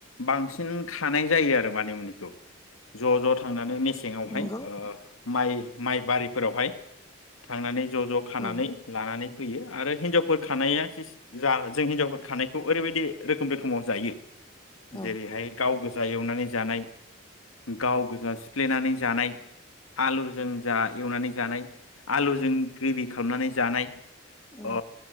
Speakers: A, on the left; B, on the left.
A: बांसिन बांसिन खानाय जायो आरो मानिमुनिखौ ज ज थांनानै मेसेंङावहाय
B: नंगौ
A: ओ माइ माइ बारिफोरावहाय थांनानै ज' ज' खानानै
B: औ
A: लानानै होयो आरो हिनजावफोर खानाया जा जों हिनजावफोर खानायखौ ओरैबायदि रोखोम रोखोमाव जायो
B: औ
A: जेरैहाय गावजा फुजा एवनानै जानाय गावगजासि सिफ्लेनानै जानाय आलुजों जा एवनानै जानाय आलुजों ग्रेबिखौ खालामनानै जानाय
B: औ
A: अ